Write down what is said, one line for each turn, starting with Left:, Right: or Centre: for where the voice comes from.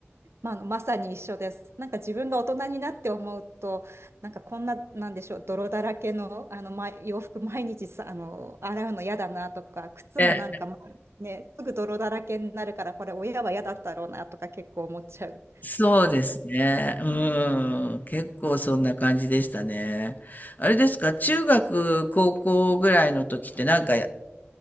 Right: まあ、あのまさに一緒です。なんか自分が大人になって思うと、なんかこんな、なんでしょう、泥だらけの、あの、ま、洋服毎日さ、あの、洗うの嫌だなとか、靴もなんか、
Left: え、
Right: まね、すぐ泥だらけになるから、これ親は嫌だったろうなとか結構思っちゃう。
Left: そうですね。うん。結構そんな感じでしたね。あれですか、中学、高校ぐらいの時ってなんか